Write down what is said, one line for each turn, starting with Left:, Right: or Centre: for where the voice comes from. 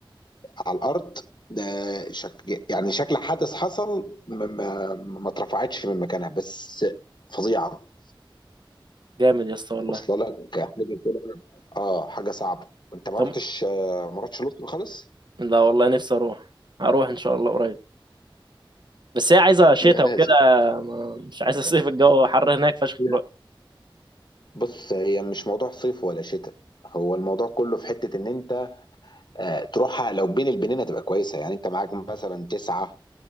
Left: على الارض ده شك... يعني شكل حدث حصل ما, ما... ما اترفعتش من مكانها بس فظيعه
Right: جامد يا اسطى والله
Left: واصله لك حاجه كده اه حاجه صعبه انت ما
Right: طب
Left: رحتش آه، ما رحتش الاقصر خالص
Right: لا والله نفسي اروح هروح ان شاء الله قريب بس هي عايزه شتاء
Left: لا لازم
Right: وكده ما- مش عايزه صيف الجو حر هناك فشخ
Left: لا
Right: دلوقتي
Left: بص هي مش موضوع صيف ولا شتاء هو الموضوع كله في حته ان انت آه، تروحها لو بين البنين هتبقى كويسه يعني انت معاك مثلا 9